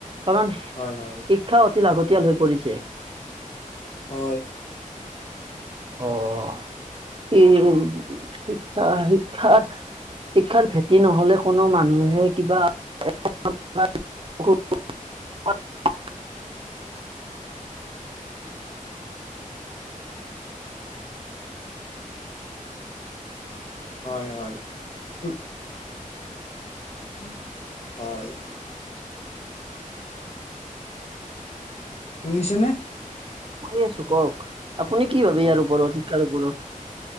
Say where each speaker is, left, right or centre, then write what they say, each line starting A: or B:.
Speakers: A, on the right; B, on the left.
A: কাৰণ।
B: হয় হয়।
A: শিক্ষা অতি লাগতিয়াল হৈ পৰিছে।
B: হয়।
A: অহ', শি শিক্ষা শিক্ষাত। শিক্ষাৰ ভেঁটি নহলে কোনো মানুহে কিবা। <unintelligible>
B: হয় হয় ও। উম হয়। শুনিছনে?
A: শুনি আছো কওক, আপুনি কি ভাবে
B: হয়।
A: ইয়াৰ ওপৰত শিক্ষাৰ ওপৰত?